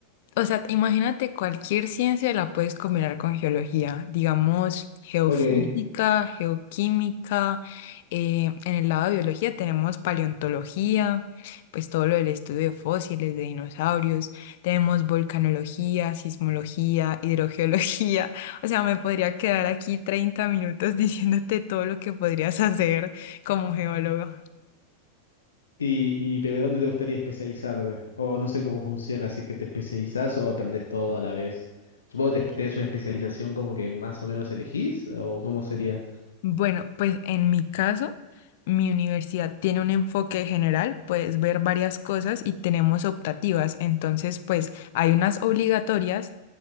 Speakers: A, on the left; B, on the left.
A: o sea, imagínate cualquier ciencia la puedes combinar con geología, digamos, geofísica,
B: Ok.
A: geoquímica, eh, en el lado de biología tenemos paleontología, pues todo lo del estudio de fósiles, de dinosaurios, tenemos volcanología, sismología, hidrogeología, <laughs> o sea, me podría quedar aquí 30 minutos diciéndote todo lo que podrías hacer como geólogo.
B: Y, y, pero ¿dónde te gustaría especializarte? O no sé cómo funciona, si es que te especializás o aprendes todo a la vez. Supongo que te tenés una especialización como que más o menos elegís, o cómo sería.
A: Bueno, pues en mi caso, mi universidad tiene un enfoque general, puedes ver varias cosas y tenemos optativas. Entonces, pues hay unas obligatorias